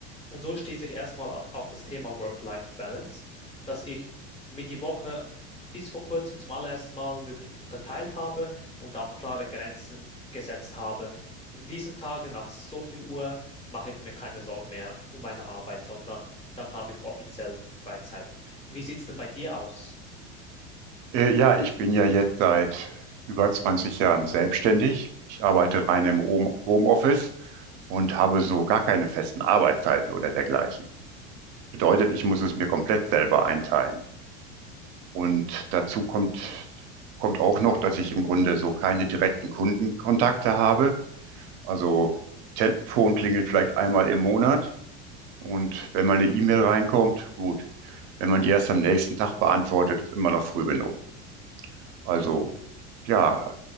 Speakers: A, on the left; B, on the right.
A: Und so stieß ich erstmal auf das Thema Work-Life-Balance, dass ich mir die Woche bis vor kurzem zum allerersten Mal wirklich unterteilt habe und auch klare Grenzen gesetzt habe. In diesen Tagen nach so viel Uhr mache ich mir keine Sorgen mehr um meine Arbeit, sondern dann habe ich offiziell Freizeit. Wie sieht es denn bei dir aus?
B: Äh, ja, ich bin ja jetzt seit über 20 Jahren selbstständig. Ich arbeite rein im Home- Homeoffice und habe so gar keine festen Arbeitszeiten oder dergleichen. Bedeutet, ich muss es mir komplett selber einteilen. Und dazu kommt, kommt auch noch, dass ich im Grunde so keine direkten Kundenkontakte habe. Also Telefon klingelt vielleicht einmal im Monat. Und wenn mal eine E-Mail reinkommt, gut. Wenn man die erst am nächsten Tag beantwortet, ist immer noch früh genug. Also ja,